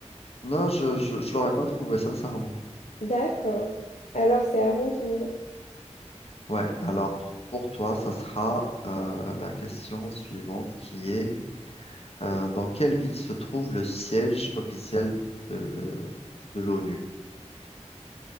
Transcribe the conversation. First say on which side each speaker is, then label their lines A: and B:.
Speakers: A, on the left; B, on the left.
A: Non, je, je, je l'aurais pas trouvé, sincèrement.
B: D'accord. Alors, c'est à mon tour.
A: Ouais, alors, pour toi, ça sera euh, la question suivante qui est. Euh, dans quelle ville se trouve le siège officiel de le- de l'ONU?